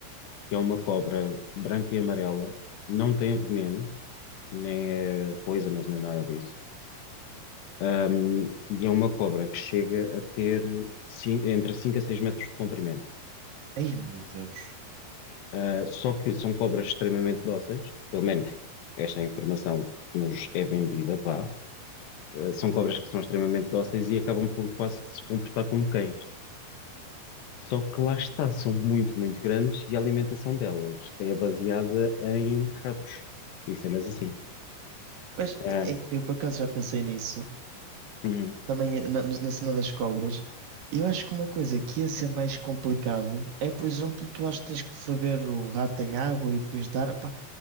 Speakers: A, on the left (about 75°); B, on the right (about 55°).
A: que é uma cobra branca e amarela, não tem veneno, nem é poisonous, nem nada disso. Ahm, e é uma cobra que chega a ter cin- entre 5 a 6 metros de comprimento.
B: Ei, meu Deus.
A: Ah, só que são cobras extremamente dóceis, pelo menos esta é a informação que nos é vendida, vá. Ah, são cobras que são extremamente dóceis e acabam por quase que se comportar como cães. Só que lá está, são muito, muito grandes e a alimentação delas é baseada em ratos e cenas assim.
B: Mas
A: Ah,
B: ei, eu por acaso já pensei nisso.
A: hum.
B: Também na, na cena das cobras. Eu acho que uma coisa que ia ser mais complicado é, por exemplo, tu acho que tens que ferver o rato em água e depois dar. Pá,